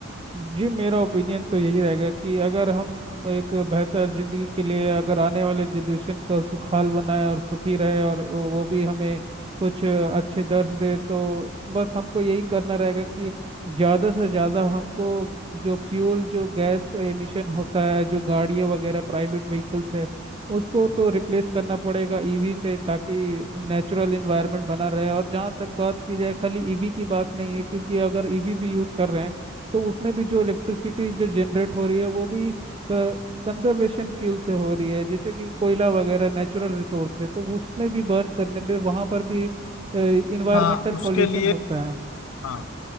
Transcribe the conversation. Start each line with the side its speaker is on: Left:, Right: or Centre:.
Right: जी मेरा ओपिनियन तो यही रहेगा कि अगर हम एक बेहतर जिंदगी के लिए अगर आने वाले जनरेशन का सुखाल बनाए और सुखी रहे और वो भी हमें कुछ अच्छे दर्श दे तो बस हमको यही करना रहेगा कि ज़्यादा से ज़्यादा हमको जो फ्यूल जो गैस एमिशन होता है जो गाड़ियाँ वगैरह प्राइवेट व्हीकल्स है उसको तो रिप्लेस करना पड़ेगा ईवी से ताकि नेचुरल इन्वायरमेंट बना रहे और जहाँ तक बात की जाए खाली ईवी की बात नहीं है क्योंकि अगर ईवी भी यूज़ कर रहे हैं तो उसमें भी जो इलेक्ट्रिसिटी जो जनरेट हो रही है वो भी कंजर्वेशन फ्यूल से हो रही है जैसे कि कोयला वगैरह नेचुरल रिसोर्स है तो उसमें भी बर्न करने में वहाँ पर भी इन्वायरमेंटल
Left: हाँ उसके
Right: पोल्यूशन
Left: लिए
Right: होता है
Left: हाँ